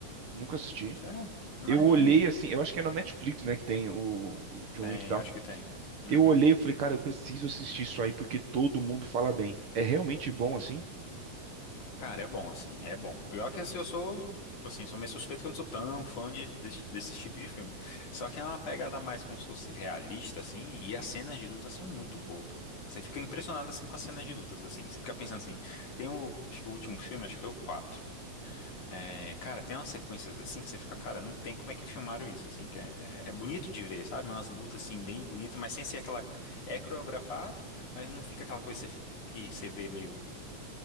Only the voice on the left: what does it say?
Sério? Nadinha.
Tem,
acho que tem. Uhum.
Cara, é bom, assim, é bom. Eu que assim, eu sou, tipo assim, sou meio suspeito que eu não sou tão fã de, desse, desse tipo de filme. Só que é uma pegada mais como se fosse realista, assim, e as cenas de luta são muito boas, pô. Você fica impressionado, assim, com as cenas de lutas, assim. Você fica pensando assim, tem o, acho que o último filme, acho que foi o quatro É, cara, tem umas sequências, assim, que você fica, cara, não tem como é que filmaram isso, assim, que é, é bonito de ver, sabe? Umas lutas, assim, bem bonitas, mas sem ser aquela, é coreografado, mas não fica aquela coisa que você que você vê meio